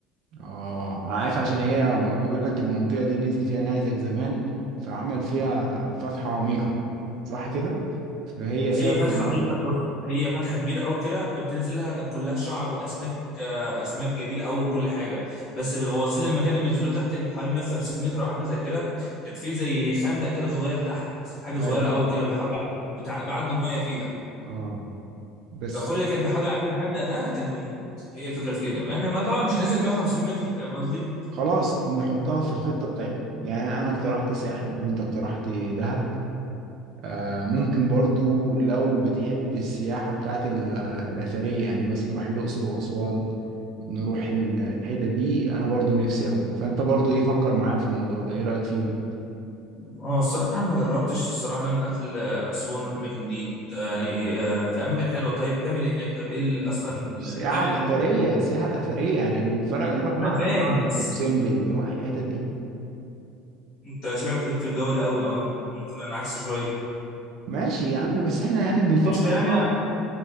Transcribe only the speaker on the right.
اه انا عارف عشان هي م- بيقول لك المنطقه دي نزل فيها نيزك زمان فعمل فيها فتحه عميقه صح كده فهي سبب
ال-
ايوه
اه بس
خلاص نحطها في الخطه بتاعتي يعني انا اقترحت ساحل وانت اقترحت دهب آه ممكن برضو لو بتحب السياحه بتاعت ال- الاثريه يعني مثلا نروح الاقصر واسوان نروح ال- الحتت دي انا برضو نفسي اوي فانت برضو ايه فكر معايا في الموضوع ده ايه رايك فيهم
السياحه
الاثريه
السياحه الاثريه يعني من فرق نروح مع
معبد
ابو سمبل نروح الحتت دي
ماشي يا عم بس احنا يعني بنفكر
لبعض